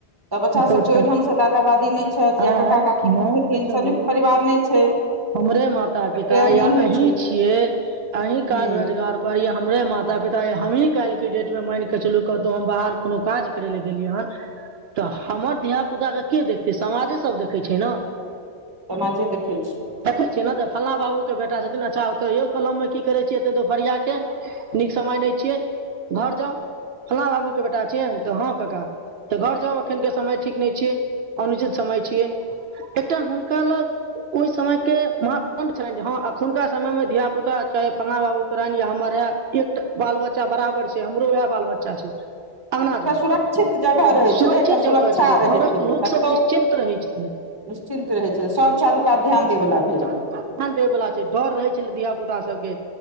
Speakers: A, on the right (about 20°); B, on the right (about 70°).
A: तऽ बच्चा
B: कतौ
A: सभके
B: छथि
A: ओहि ढंगसँ दादा दादी नहि छथि या
B: आइ
A: का ककी नहि
B: मान
A: छथिन
B: कऽ चलू
A: संयुक्त परिवार नहि छै
B: हमरे माता
A: तऽ
B: पिता
A: केयर
B: या
A: नहि होइ
B: अही
A: छै
B: छियै अही काज
A: ह
B: रोजगार परि हमरे माता पिता या हमही काल्हि के डेट मे मानिके चलू कतौ हम बाहर कोनो काज कर करै लए गेलियै ह तऽ हमर धियापुताके देखतै समाजे सभ देखैय छै ने
A: समाजे देखै छी।
B: देखै छियै ने तऽ फल्लाँ बाबू के बेटा छथिन अच्छा ओतहिय कलमे कि छियै एतऽ दोपहरिआके नीक समय ने छियै घर जाउ फला बाबू के बेटा छियै तऽ हँ का तऽ घर जाउ एखन के समय ठीक नहि छियै अनुचित समय छियै एकटा हुनका लग। ओहि समयके मापण्ड छलनि जे हँ एखुन कऽ समयमे धियापुता चाहे फल्लाँ बाबूके रहनि या हमर रहए एकटा बाल बच्चा बराबर छै हमरो वएह बाल बच्चा छै अंगना
A: एतअ
B: जाउ
A: सुरकऽ शिक्षित जगह रहै
B: सुरक्षित
A: छलै एकटा सुरक्षा
B: जगह छलै घरक
A: रहै छले
B: लोक
A: कतहु
B: सब निश्चिन्त रहै छलै
A: निश्चिन्त रहे छै सभ चारू कात ध्यान दे वला भेल
B: चारू कात ध्यान दे वाला छै डर रहै छलय घिया पुता सभके